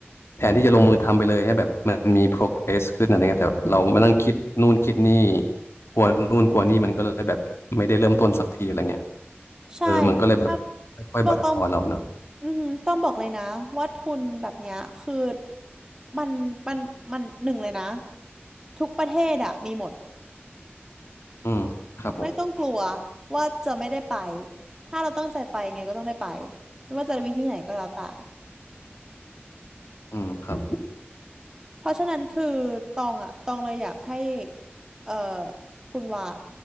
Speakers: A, on the left; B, on the right.
A: แทนที่จะลงมือทำไปเลยให้แบบมันมี progress ขึ้นอะไรเงี้ยแต่เรามานั่งคิดนู่นคิดนี่กลัวนู่นกลัวนี่มันก็เลยแบบไม่ได้เริ่มต้นสักทีอะไรเงี้ย
B: ใช่คือถ้า
A: เออมันก็เลยแบบค่อยๆบั่นทอนเราเนาะ
B: บอกต้องอือหือต้องบอกเลยนะว่าทุนแบบเนี้ยคือมันมันมันหนึ่งเลยนะทุกประเทศอะมีหมด
A: อืมครับผม
B: ไม่ต้องกลัวว่าจะไม่ได้ไปถ้าเราตั้งใจไปไงก็ต้องได้ไปไม่ว่าจะวิธีไหนก็แล้วแต่
A: อืมอืมครับ
B: เพราะฉะนั้นคือตองอะตองเลยอยากให้เอ่อคุณว่า